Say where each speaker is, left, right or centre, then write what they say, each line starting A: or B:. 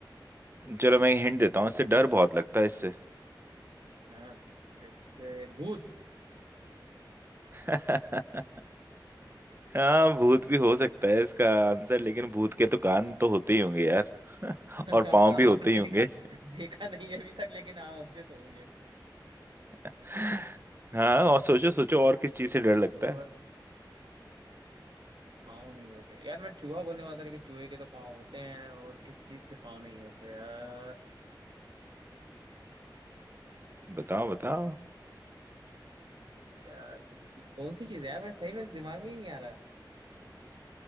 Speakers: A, on the right; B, on the right.
A: चलो मैं हिंट देता हूँ इससे डर बहुत लगता है इससे
B: हाँ इससे भूत
A: <laughs> हाँ भूत भी हो सकता है इसका आंसर लेकिन भूत के तो कान तो होते ही होंगे यार <laughs>
B: <laughs>
A: और पाँव भी
B: हाँ
A: होते ही
B: देखा
A: होंगे
B: देखा नहीं है अभी तक लेकिन हाँ होते तो होंगे
A: <laughs> हाँ और सोचो सोचो और किस चीज से डर लगता
B: और
A: है
B: पाँव नहीं होते यार मैं चूहा बोलने वाला था लेकिन चूहे के तो पाँव होते हैं और किस चीज के पाँव नहीं होते यार
A: बताओ बताओ
B: यार ये कौन सी चीज है यार मैं सही में इस दिमाग में ही नहीं आ रहा